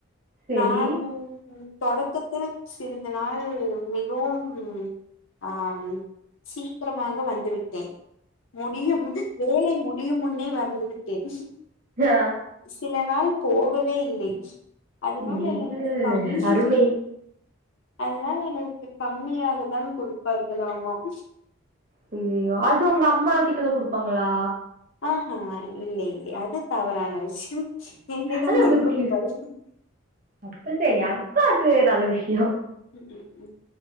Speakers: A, on the right; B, on the left.
A: சரி.
B: நான் தொடக்கத்தில் சிறிது நாள் மிகவும் அஹ சீக்கிரமாக வந் வந்து விட்டேன் முடியும் வேலை முடியும் முன்னே வறந்து விட்டேன்
A: ஆ.
B: சில நாள் போகவே இல்லை அதனால
A: நீங்கள்
B: எனக்கு தமி
A: அருமை.
B: அதனால எனக்கு கம்மியாக தான் கொடுப்பார்காலமாம்
A: சயயோ அது உங்க அம்மா கிட்டத கொடுப்பாங்களா
B: ஆஹ்ஹ இல்லலை இல்லலை அது தவறான விசயம் என்னத
A: அது
B: நன்
A: உங்களுக்கு
B: குப்பரு
A: அப்ப சரி அப்ப அது நல்ல விஷயம்
B: உம்ம்